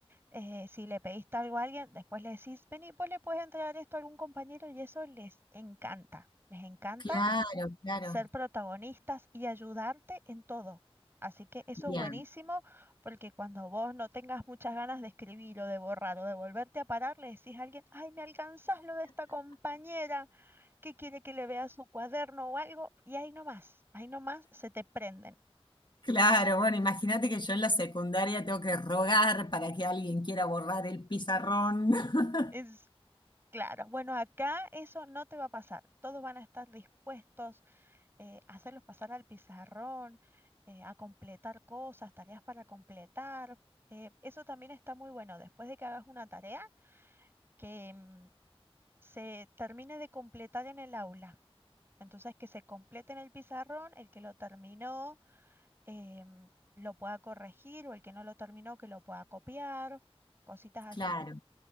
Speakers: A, on the right (about 20°); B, on the left (about 50°).
A: Eh, si le pediste algo a alguien, después le decís, vení, pues le puedes entregar esto a algún compañero y eso les encanta. Les encanta
B: claro, claro.
A: ser protagonistas y ayudarte en todo. Así que eso
B: Bien,
A: es buenísimo porque cuando vos no tengas muchas ganas de escribir o de borrar o de volverte a parar, le decís a alguien, ay, me alcanzás lo de esta compañera que quiere que le vea su cuaderno o algo, y ahí nomás, ahí nomás se te prenden.
B: claro. Bueno, imagínate que yo en la secundaria tengo que rogar para que alguien quiera borrar el pizarrón. <laughs>
A: Es claro, bueno, acá eso no te va a pasar. Todos van a estar dispuestos eh, a hacerlos pasar al pizarrón, eh, a completar cosas, tareas para completar. Eh, eso también está muy bueno, después de que hagas una tarea, que mm, se termine de completar en el aula. Entonces, que se complete en el pizarrón, el que lo terminó em, lo pueda corregir o el que no lo terminó que lo pueda copiar, cositas así,
B: Claro,